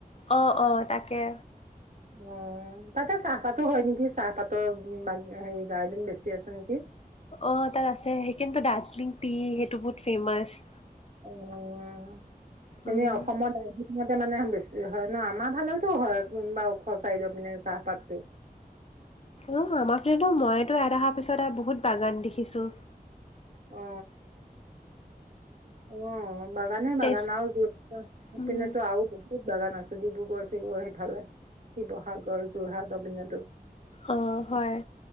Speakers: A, on the left (about 40°); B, on the right (about 55°).
A: অ অ তাকে।
B: উ উ উ তাতে চাহপাতো হয় নেকি, চাহপাতৰ বা হেৰি গাৰ্ডেন বেছি আছে নেকি।
A: অ তাত আছে সেইকাৰণে ত দাৰ্জিলিং টি সেইটো বহুত ফেমাচ।
B: অ অ অ উম উ এনেই
A: উম,
B: অসমত দাৰ্জিলিংত ইয়াতে মানে বেছি হয় ন আমাৰ ফালেওতো হয় কোনোবা ওখ চাইডৰ পিনে চাহপাতটো।
A: অহ আমাৰ ফালেতো মইতো ইয়াত আহাৰ পিছত আৰু বহুত বাগান দেখিছো।
B: অ অহ বাগানে
A: তেজ
B: বাগান আৰু যপিনেতো
A: উম
B: আৰু বহুত বাগান আছে ডিব্ৰুগড় চিবুগড় সিফালে শিৱসাগৰ যোৰহাট অপিনতো
A: অ হয়